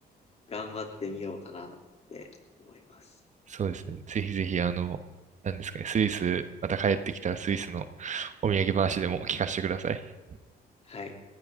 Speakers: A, on the left; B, on the right.
A: 頑張ってみようかなって思います。
B: そうですね。ぜひぜひあの、なんですかね、スイス、また帰ってきたらスイスのお土産話でも聞かせてください。
A: はい。